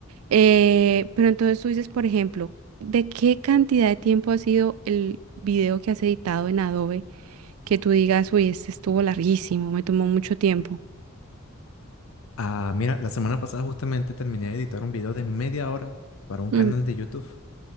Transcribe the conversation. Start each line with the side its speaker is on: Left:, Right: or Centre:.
Right: Eh, pero entonces tú dices, por ejemplo, ¿de qué cantidad de tiempo ha sido el video que has editado en Adobe? que tú digas, uy, este estuvo larguísimo, me tomó mucho tiempo.
Left: Ah, mira, la semana pasada justamente terminé de editar un video de media hora para un
Right: Mm,
Left: canal de YouTube